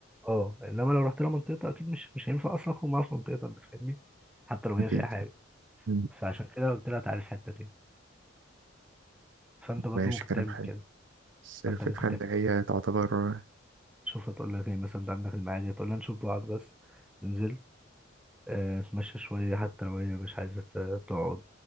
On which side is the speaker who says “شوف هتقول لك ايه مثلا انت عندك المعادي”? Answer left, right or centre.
Centre